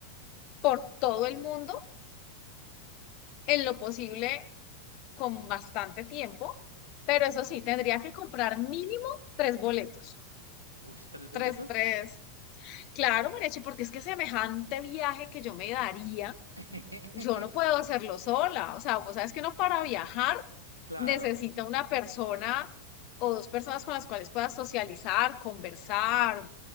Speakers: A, on the left; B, on the right.
A: por todo el mundo en lo posible con bastante tiempo, pero eso sí, tendría que comprar mínimo tres boletos.
B: Uy, ¿tres boletos?
A: Tres, tres. Claro, Marechi, porque es que semejante viaje que yo me daría,
B: <laughs>
A: yo no puedo hacerlo sola. O sea, vos sabes que uno para viajar
B: Claro,
A: necesita una persona o dos personas con las cuales puedas socializar, conversar,